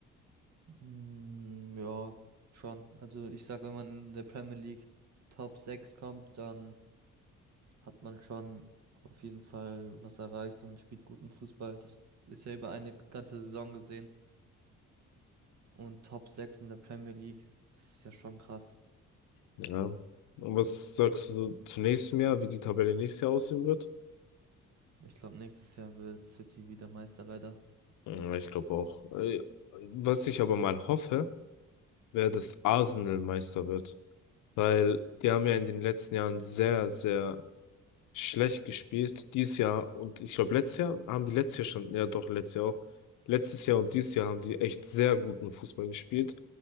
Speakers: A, on the right; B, on the left.
A: Mm, ja, schon. Also ich sag, wenn man in der Premier League Top 6 kommt, dann hat man schon auf jeden Fall was erreicht und spielt guten Fußball. Das ist ja über eine ganze Saison gesehen. Und Top 6 in der Premier League, das ist ja schon krass.
B: Ja. Und was sagst du zu nächstem Jahr, wie die Tabelle nächstes Jahr aussehen wird?
A: Ich glaube, nächstes Jahr wird City wieder Meister, leider.
B: Ja, ich glaube auch. Äh, Was ich aber mal hoffe, wäre, dass Arsenal Meister wird. Weil die haben ja in den letzten Jahren sehr, sehr schlecht gespielt. Dieses Jahr und ich glaube, letztes Jahr haben die letztes Jahr schon, ja doch, letztes Jahr auch. Letztes Jahr und dieses Jahr haben die echt sehr guten Fußball gespielt.